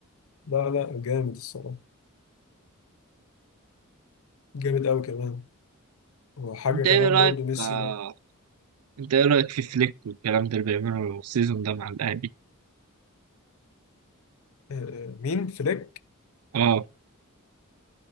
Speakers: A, on the left (about 65°); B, on the right (about 80°).
A: لا لا جامد الصراحة جامد أوي كمان وحاجة
B: انت
A: كمان
B: ايه رايك
A: برضه ميسي
B: آه
A: بقى
B: انت ايه رايك في فليك والكلام ده اللي بيعمله السيزون ده مع الاهلي
A: آه، آه، مين فليك
B: اه